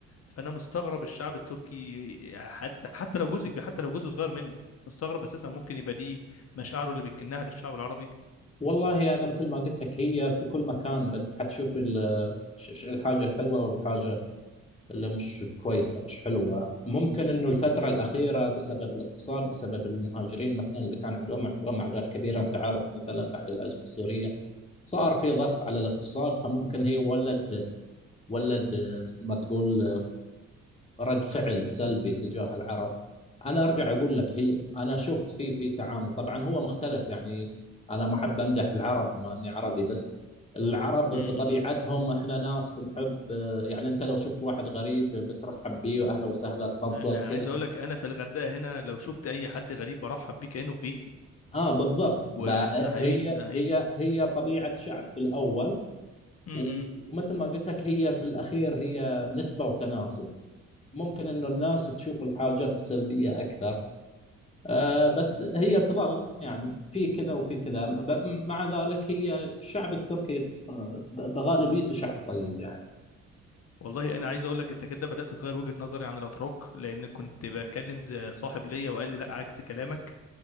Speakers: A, on the left; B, on the left.
A: فانا مستغرب الشعب التركي حتى حتى لو جزء حتى لو جزء صغير منه مستغرب اساسا ممكن يبقى دي مشاعره اللي بيكنها للشعب العربي
B: والله أنا مثل ما قلت لك هي في كل مكان أنت حتشوف ال- ش- ش- الحاجة الحلوة والحاجة اللي مش كويسة مش حلوة ممكن إنه الفترة الأخيرة بسبب الاقتصاد بسبب المهاجرين مثلا اللي كان عندهم عندهم أعداد كبيرة أنت عارف مثلا بعد الأزمة السورية صار في ضغط على الاقتصاد فممكن هي ولد ولد آه، مثل ما تقول رد فعل سلبي تجاه العرب انا ارجع اقول لك هي انا شفت في في تعامل طبعا هو مختلف يعني انا ما احب امدح العرب ما اني عربي بس العرب بطبيعتهم
A: امم
B: احنا ناس بنحب يعني انت لو شفت واحد غريب بترحب بيه اهلا وسهلا تفضل
A: انا
B: كذا
A: عايز اقول لك انا في الغردقه هنا لو شفت اي حد غريب برحب بيه كانه في بيتي
B: اه بالضبط
A: وده
B: بقى
A: حقيقي
B: هي
A: ده
B: هي هي طبيعة شعب بالاول
A: حقيقي
B: ومثل ما قلت لك هي في الاخير هي نسبة وتناسب ممكن انه الناس تشوف الحاجات السلبية اكثر آه، بس هي تظل يعني في كذا وفي كذا ب- مع ذلك هي الشعب التركي آه، ب- بغالبيته شعب طيب يعني
A: والله انا عايز اقول لك انت كده بدات تغير وجهه نظري عن الاتراك لان كنت بكلم زي صاحب ليا وقال لي لا عكس كلامك